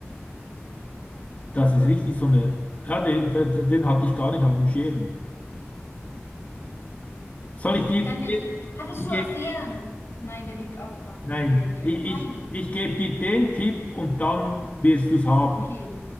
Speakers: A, on the left; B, on the left.
A: Das ist richtig so eine. Ja, den, den den hatte ich gar nicht auf dem Schirm. Soll ich dir,
B: Dann der, hattest
A: ich,
B: du Affären? Nein, der lebt auch noch.
A: Nein,
B: Der, der, dir.
A: ich,
B: Nein.
A: ich, ich gebe dir den Tipp und dann wirst du es haben.
B: Okay.